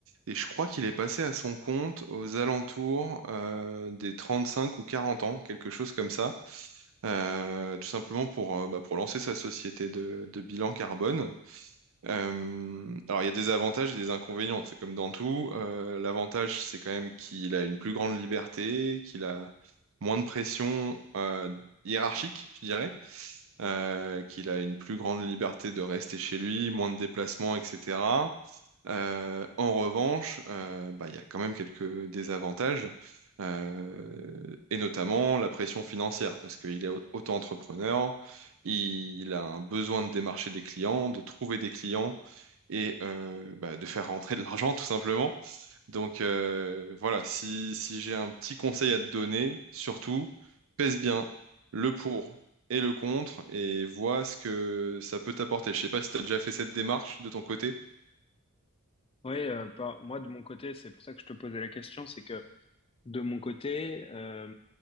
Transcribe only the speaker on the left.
Oui, euh, par- moi, de mon côté, c'est pour ça que je te posais la question, c'est que De mon côté, euh,